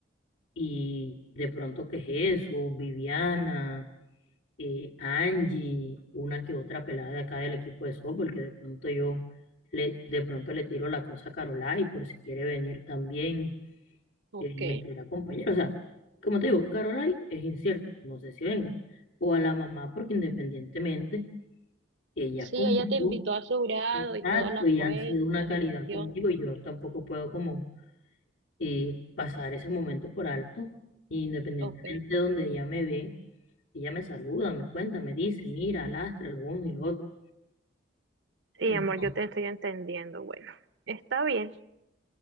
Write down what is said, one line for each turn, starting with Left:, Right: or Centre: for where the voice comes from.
Left: Y de pronto que Jesús, Viviana, eh, Angie, una que otra pelada de acá del equipo de softball, que de pronto yo le, de pronto le tiro la cosa a Carolai por si quiere venir también
Right: Ok.
Left: eh, y me quiere acompañar. O sea, como te digo, Carolai es incierto, no sé si venga. O a la mamá, porque independientemente, ella
Right: Sí,
Left: conmigo,
Right: ella te invitó a su grado
Left: exacto,
Right: y toda la,
Left: y
Right: cue-
Left: han sido una
Right: la
Left: calidad
Right: cuestión.
Left: conmigo,
Right: sí.
Left: y yo tampoco puedo como eh, pasar ese momento por alto, y independientemente
Right: Ok,
Left: de donde ella me ve Y ella me saluda, me cuenta, me dice, mira, lastra lo uno y lo otro.
Right: Sí,
Left: Entonces,
Right: amor, yo te estoy entendiendo. Bueno, está bien.